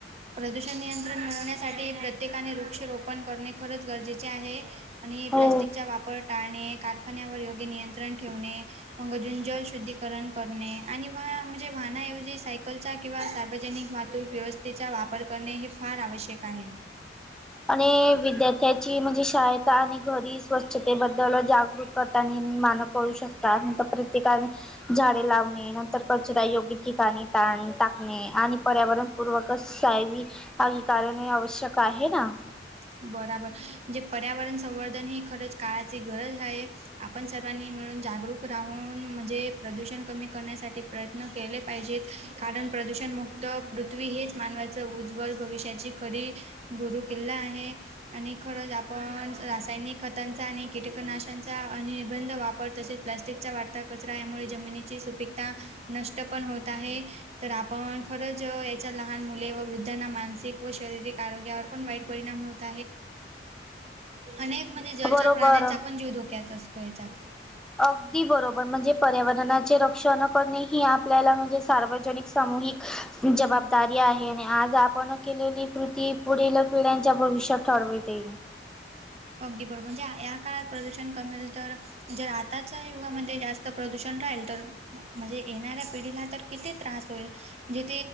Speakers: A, on the right (about 35°); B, in the centre.
A: प्रदूषण नियंत्रण मिळवण्यासाठी प्रत्येकाने वृक्ष रोपण करणे खरंच गरजेचे आहे आणि
B: हो
A: प्लास्टिकचा वापर टाळणे कारखान्यावर योग्य नियंत्रण ठेवणे मग जुं जल शुद्धीकरण करणे आणि वा म्हणजे वाहनाऐवजी सायकलचा किंवा सार्वजनिक माध्य व्यवस्थेचा वापर करणे हे फार आवश्यक आहे
B: आणि विद्यार्थ्याची म्हणजे शायता आणि घरी स्वच्छतेबद्दल जागृत कर मानं करू शकतात नंतर प्रत्येकाने झाडे लावणे नंतर कचरा योग्य ठिकाणी घाण टाकणे आणि पर्यावरणपूर्वकच यब कारण आवश्यक आहे ना
A: बराबर म्हणजे पर्यावरण संवर्धन ही खरंच काळाची गरज आहे आपण सर्वांनी मिळून जागरूक राहून म्हणजे प्रदूषण कमी करण्यासाठी प्रयत्न केले पाहिजेत कारण प्रदूषणमुक्त पृथ्वी हेच मानवाचं उज्ज्वल भविष्याची खरी गुरुकिल्ला आहे आणि खरंच आपण रासायनिक खतांचा आणि कीटकनाशांचा निर्बंध वापर तसेच प्लस्टिकचा वाढता कचरा यामुळे जमिनीची सुपीिकता नष्ट पण होत आहे तर आपण खरंच याच्या लहान मुले व वृद्धांना मानसिक व शारीरिक आरोग्यावर पण वाईट परिणाम होत अनेक म्हणजे जलचर
B: बरोबर
A: प्राण्यांचा पण जीव धोक्यात असतो याच्यात
B: अगदी बरोबर म्हणजे पर्यावरणाचे रक्षण करणे ह आपल्याला म्हणजे सार्वजनिक सामूहिक जबाबदारी आहे आणि आज आपण केलेली कृती पुढील पिढ्यांच्या भविष्यात ठरविते.
A: अगदी बरोबर, म्हणजे या काळात प्रदूषण कमी केल तर म्हणजे जर आताच्या युगामध्ये जास्त प्रदूषण राहील तर म्हणजे येणाऱ्या पिढीला तर किती त्रास होईल? म्हणजे